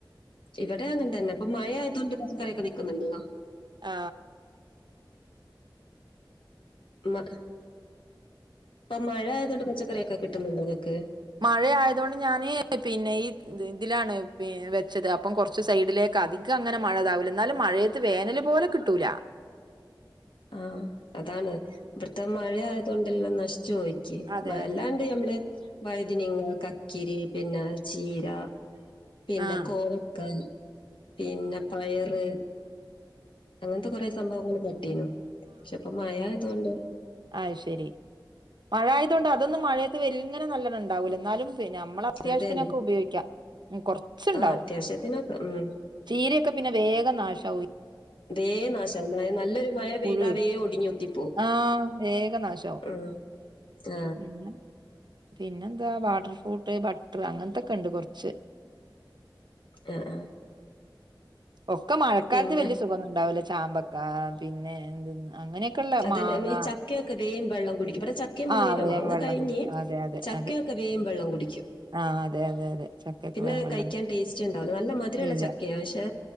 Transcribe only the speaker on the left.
ഇവിടെ അങ്ങൻതന്ന പം മഴ ആയതുഓണ്ട് പറച്ചക്കറിയൊക്കെ നിക്കുന്നുണ്ടോ?
മ ഇപ്പൊ മഴ ആയത കൊണ്ട് പച്ചക്കറിയൊക്കെ കിട്ടുന്ന്ണ്ടോ ഇങ്ങക്ക്?
ആ അതാണ് ഇവിടുത്തെ മഴ ആയതോണ്ടല്ലാം നഷ് ചോയ്ക്കേ
മയല്ലാണ്ട്
ഞമ്മള് വൈദിന്ങ്ങ കാ കിരി പിന്നെ ചീര പിന്നെ
കോവക്കൽ പിന്നെ പയറ് അങ്ങനത്തെ കുറെ സംഭവങ്ങൾ പട്ടീകണ് പക്ഷെപ്പ മഴ ആതോണ്ട്
അത് തന്നെ
ആ അത്യാവശ്യത്തിനൊക്കെ ഉം
തേ നാശ മഴ നല്ലൊരു മഴ പെയ്താ
വേ ഒടിഞ്ഞുത്തിപ്പോവു
ആ ആ
ആ ആ
പിന്നെ
അതന്നെ
ഈ ചക്കയൊക്കെ വേഗം വെള്ളം കുടിക്കും ഇവിടെ ചക്കയും മാങ്ങയൊക്കെ
മാങ്ങ
കഴിഞ്ഞ്
ചക്കയൊക്കെ
വേഗം വെള്ളം കുടിക്കും
പിന്നെ
കഴിക്കാൻ ടേസ്റ്റ് നല്ല മധുരള്ള
ചക്കയ പക്ഷെ